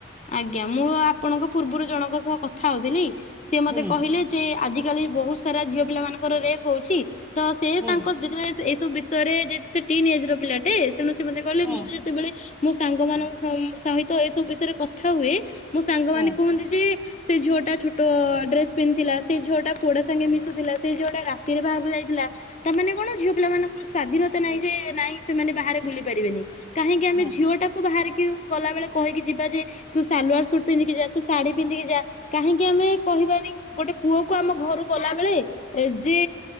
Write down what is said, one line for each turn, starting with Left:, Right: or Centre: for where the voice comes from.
Left: ଆଜ୍ଞା ମୁଁ ଆପଣଙ୍କ ପୂର୍ବରୁ ଜଣଙ୍କ ସହ କଥା ହଉଥିଲି। ସିଏ ମତେ
Centre: ହୁଁ
Left: କହିଲେ। ସେ ଆଜିକାଲି ବହୁତ ସାରା ଝିଅ ପିଲା ମାନଙ୍କର ରେପ୍ ହଉଛି। ତ ସେ
Centre: ହୁଁ
Left: ତାଙ୍କ ଯେତେବେଳେ ଏଇ ସବୁ ଯେ ସେ ଟିନ ଏଜେର ପିଲାଟେ ତେଣୁ ସେମାନେେ କହିଲ
Centre: ହୁଁ
Left: ମୁଁ ଯେତେବେଳେ ମୋ ସାଙ୍ଗ ମାନଙ୍କ ସହ ସହିତ ଏସବୁ ବିଷୟରେ କଥା ହୁଏ। ମୋ ସାଙ୍ଗ
Centre: ହୁଁ
Left: ମାନେ କୁହନ୍ତି ଯେ ସେ ଝିଅ ଟା ଛୋଟ ଡ୍ରେସ ପିନ୍ଧିଥିଲା। ସେଇ ଝିଅଟା ପୁଅଟା ସାଙ୍ଗେ ମିଶୁଥିଲା। ସେଇ ଝିଅଟା ରାତିରେ ବାହାରକୁ ଯାଇଥିଲା। ତାମାନେ କଣ ଝିଅ ପିଲା ମାନଙ୍କର ସ୍ଵାଧୀନତା ନାଇଁ ଯେ ନାଇଁ ସେମାନେ ବାହାରେ ବୁଲି ପାଡିବେନି। କାହିଁକି ଆମେ
Centre: ହୁଁ
Left: ଝିଅ ଟାକୁ ବାହାରିକି ଗଲା ବେଳେ କହିକି ଯିବା ଯେ ତୁ ସାଲୁଆର ସୁଟ ପିନ୍ଧିକି ଯା। ତୁ ଶାଢୀ ପିନ୍ଧିକି ଯା। କାହିଁକି ଆମେ କହିବାନି ଗୋଟେ ପୁଅକୁ ଆମ ଘରୁ ଗଲାବେଳେ ଏ ଯେ